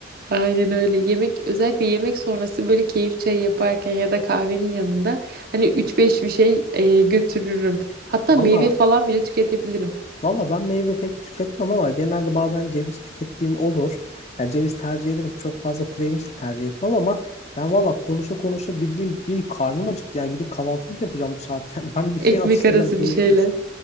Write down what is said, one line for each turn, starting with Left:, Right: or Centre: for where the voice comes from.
Right: Aynen öyle. Yemek özellikle yemek sonrası böyle keyif çayı yaparken ya da kahvenin yanında hani üç beş bir şey e, götürürüm. Hatta
Left: Valla
Right: meyve falan bile tüketebilirim.
Left: valla ben meyve pek tüketmem ama genelde bazen ceviz tükettiğim olur. Yani ceviz tercih ederim. Çok fazla kuru yemiş de tercih etmem ama ben valla konuşa konuşa bildiğim bir karnım acıktı. Yani gidip kahvaltılık yapacağım bu saatte. <laughs> Yani ben bir
Right: Ekmek
Left: şey atıştıracağım.
Right: arası
Left: Görüşürüz.
Right: bir şeyler.